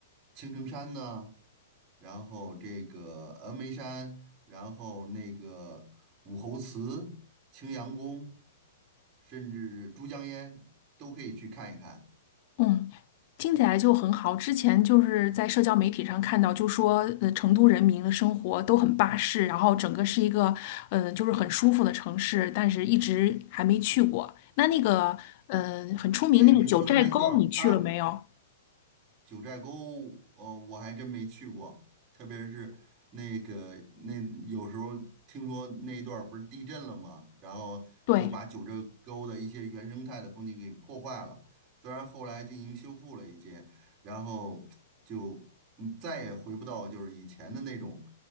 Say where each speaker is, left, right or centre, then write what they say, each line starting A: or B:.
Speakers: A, on the right (about 25°); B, on the left (about 40°).
A: 青城山呢，然后这个峨眉山，然后那个武侯祠、青羊宫，甚至珠江烟都可以去看一看。
B: 嗯，听起来就很好。之前就是在社交媒体上看到，就说呃，成都人民的生活都很巴适，然后整个是一个嗯、呃就是很舒服的城市，但是一直还没去过。那那个嗯、呃很出名那个九寨沟，
A: 对，你说的没错儿，
B: 你去了没有？
A: 它九寨沟，呃，我还真没去过，特别是那个那有时候听说那一段儿不是地震了吗？然后就把九寨沟的一些原生态的风景给破坏了，
B: 对
A: 虽然后来进行修复了一些，然后就嗯再也回不到就是以前的那种